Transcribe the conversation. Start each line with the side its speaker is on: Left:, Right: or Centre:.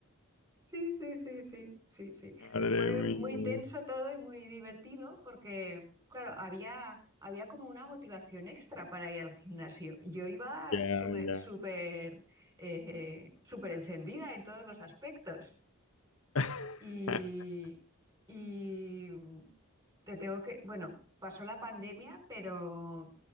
Right: Sí, sí, sí, sí, sí, sí.
Left: Madre
Right: Fue
Left: mía.
Right: muy intenso todo y muy divertido porque, claro, había, había como una motivación extra para ir al gimnasio. Yo iba
Left: Ya,
Right: sume-
Left: ya.
Right: súper eh, súper encendida en todos los aspectos.
Left: <laughs>
Right: Y, y te tengo que, bueno, pasó la pandemia, pero,